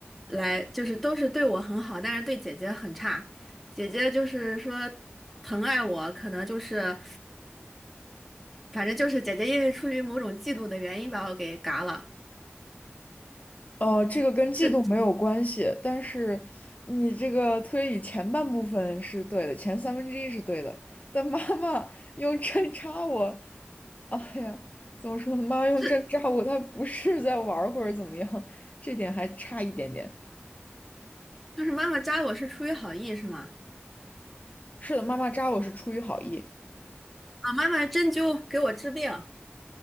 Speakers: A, in the centre; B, on the left.
A: 来就是都是对我很好，但是对姐姐很差，姐姐就是说疼爱我，可能就是反正就是姐姐因为出于某种嫉妒的原因把我给嘎了，
B: 呃，这个跟季度没有关系，
A: 这
B: 但是你这个推理前半部分是对的，前三分之一是对的，但妈妈用针扎我，哎呀，怎么说呢？妈妈用针扎我，
A: 这
B: 她不是在玩儿或者怎么样，这点还差一点点。
A: 就是妈妈扎我是出于好意是吗？
B: 是的，妈妈扎我是出于好意，
A: 啊，妈妈针灸给我治病，